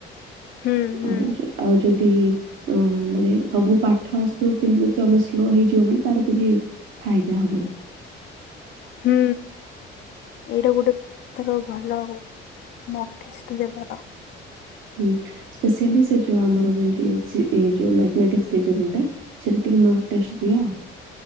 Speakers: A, on the left; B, on the right.
A: ହୁଁ ହୁଁ
B: ଆଉ ଯ ଆଉ ଯଦି ଅଁ ମାନେ ସବୁ ପାଠ ଆସୁଥିବ କିନ୍ତୁ ଯଦି ତମେ ସ୍ଲୋ ହେଇଯିବ ବୋଲି ତାର କିଛି ଫାଇଦା ହବନି।
A: ହୁଁ ଏଇଟା ଗୋଟେ ଧର ଭଲ ଆଉ। ମକ୍ ଟେଷ୍ଟ ଦେବାର।
B: ହୁଁ। ସ୍ପେସିଆଲି ସେ ଯୋଉ ଆମର ଯେମିତି ସେ ଏ ଯୋଉ ମ୍ୟାଥମେଟିକ୍ସ ରିଜୋନିଙ୍ଗଟା ସେଇଟା ଟିକେ ମକ୍ ଟେଷ୍ଟ ଦିଅ।